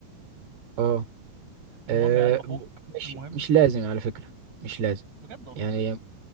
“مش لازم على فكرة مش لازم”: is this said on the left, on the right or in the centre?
Right